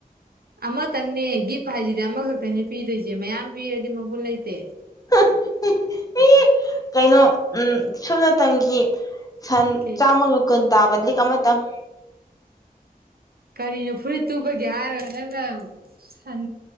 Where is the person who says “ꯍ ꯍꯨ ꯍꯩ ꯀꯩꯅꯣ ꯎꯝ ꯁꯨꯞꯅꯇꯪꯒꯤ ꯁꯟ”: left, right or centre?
Left